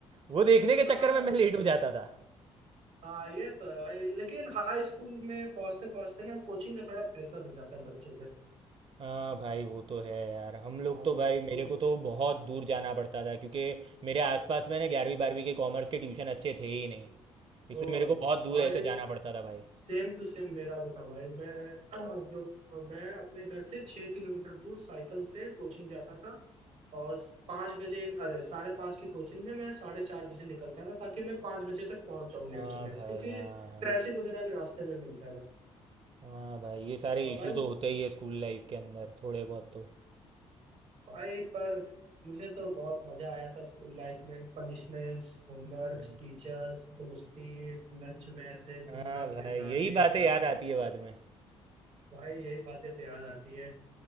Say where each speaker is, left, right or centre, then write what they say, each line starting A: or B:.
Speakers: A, on the right (about 40°); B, on the right (about 90°).
A: वो देखने
B: हाँ
A: के चक्कर में मैं लेट हो जाता था
B: हाँ ये तो है भाई लेकिन हाई स्कूल में पहुंचते पहुंचते ना कोचिंग का थोड़ा प्रेशर हो जाता है बच्चों पे
A: हाँ भाई वो तो है यार हम लोग
B: हाँ
A: तो भाई मेरे
B: तो,
A: को तो बहुत दूर जाना पड़ता था क्योंकि मेरे आसपास में ना ग्यारहवीं बारहवीं के कॉमर्स के ट्यूशन अच्छे थे ही नहीं इसलिए
B: तो
A: मेरे को बहुत दूर
B: भाई
A: ऐसे जाना पड़ता था भाई
B: सेम टू सेम मेरा भी था भाई मैं <clears throat> अह, जो मैं अपने घर से छह किलोमीटर दूर साइकिल से कोचिंग जाता था और पाँच बजे अरे साढ़े पाँच की कोचिंग में मैं साढ़े चार बजे निकलता था ताकि मैं पाँच बजे तक पहुंच जाऊँ लेट
A: हाँ
B: से लेट
A: भाई
B: क्योंकि
A: हाँ हाँ
B: ट्रैफिक वगैरह भी रास्ते में मिलता था
A: हाँ भाई ये सारे
B: और
A: इशू
B: भाई वो
A: तो होते ही है स्कूल लाइफ के अंदर थोड़े बहुत तो
B: भाई पर मुझे तो बहुत मजा आया था स्कूल लाइफ में पनिशमेंट्स होमवर्क
A: हम्म।
B: टीचर्स दोस्ती लंच में ऐसे घूमना
A: हाँ भाई
B: फिरना
A: यही
B: लेट
A: बातें
B: आना
A: याद आती है बाद में
B: भाई यही बातें तो याद आती है